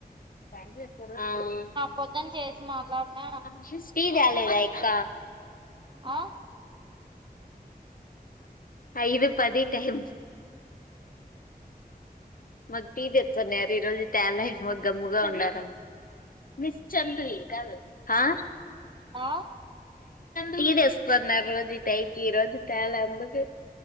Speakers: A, on the left; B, on the right.
A: ఉమ్
B: పొద్దున చేసినా లాగ్న
A: అంజి స్వి రాలేదా అక్క?
B: ఆ
A: ఐదు పది టైమ్ మకు టీ తెచ్చానారు, ఈ రోజు తేలమో గమ్ముగా ఉన్నారం నిశ్చందు ఈ కాదు ఆ
B: ఆ
A: టీ తేస్తున్నారు రోజు ఈ టైకి, ఈ రోజు తేలె అందుకే